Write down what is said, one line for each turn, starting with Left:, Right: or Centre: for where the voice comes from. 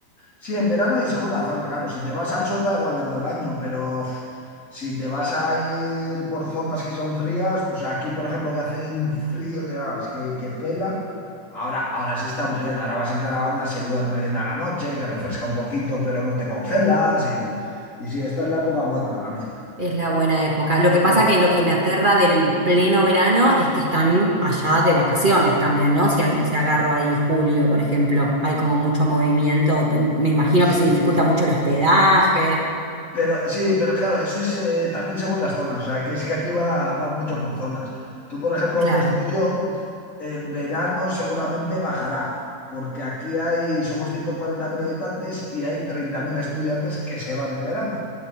Left: Sí, en verano y según la zona, claro. Si te vas al sur da igual en todo el año, pero uf, si te vas a ir por zonas que son frías, pues aquí, por ejemplo, que hace un frío que vamos, que, que pela, ahora, ahora se está muy bien. Ahora vas en caravana, se duerme bien a la noche, que refresca un poquito, pero no te congelas y, y sí, esta es la época buena para mí.
Right: Es la buena época. Lo que pasa
Left: Sí.
Right: que lo que me aterra del pleno verano es que están allá de vacaciones también, ¿no? Si, a- si agarro ahí julio, por ejemplo, hay como mucho movimiento. Me imagino
Left: Sí,
Right: que se dificulta mucho el hospedaje.
Left: Pero sí, pero claro, eso es eh, también según las zonas, o sea, que es que aquí va, va mucho por zonas. Tú, por ejemplo,
Right: Claro,
Left: donde estoy yo, en verano seguramente bajará, porque aquí hay, somos 140.000 habitantes y hay treinta mil estudiantes que se van en verano.